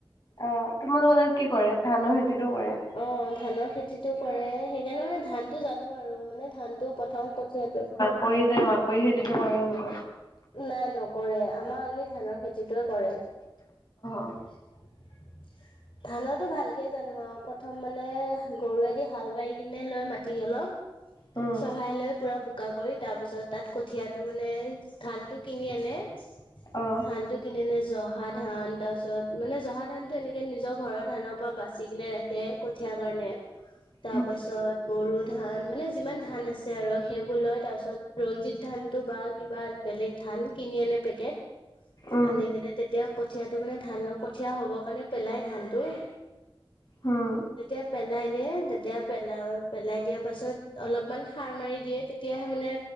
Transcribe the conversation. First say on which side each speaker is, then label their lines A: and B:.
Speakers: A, on the left; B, on the left.
A: অ' তোমালোকৰ তাত কি কৰে ধানৰ খেতিতো কৰে।
B: অ' ধানৰ খেতিটো কৰে সেইকাৰণে মানে ধানটো জানো আৰু মানে। ধান টো প্ৰথম কঠিয়াতটো।
A: কৰি যায়। মাকৰি খেতিটো কৰে নে নকৰে।
B: নাই নকৰে আমাৰ আনি ধানৰ খেতিটোৱে কৰে।
A: অ
B: <unintelligible> ধানৰটো ভালকে জানো আৰু প্ৰথম মানে গৰুৱেদি হাল বাৰি কিনে লৈ মাটি অলপ।
A: উম
B: চহাই লৈ পুৰা বোকা কৰি তাৰ পিছত তাত কঠিয়াটো মানে, ধানটো কিনি আনে।
A: অ'
B: ধানটো, কিনে এনে জহা ধান তাৰ পিছত মানে জহা ধান টো এনেকে নিজৰ ঘৰৰ ধানৰ পৰা বাচি। তেনেকে ৰাখে কঠিয়াৰ কাৰণে।
A: হয় <unintelligible>
B: তাৰ পাছত। বড়ো ধান মানে যিমান ধান আছে আৰু সেইবোৰ লয় তাৰপিছত ৰঞ্জিত ধানটো বা কিবা। বেলেগ ধান কিনি আনে পেকেট
A: উম
B: আনি কিনে এতিয়া কঠীয়াটো মানে ধান কঠীয়া হ'বৰ কাৰণে পেলাই ধানটো
A: হুম
B: যেতিয়া পেলাই দিয়ে তেতিয়া পেলাই পেলাই দিয়া পাছত অলপমান সাৰ মাৰি দিয়ে তেতিয়াহে মানে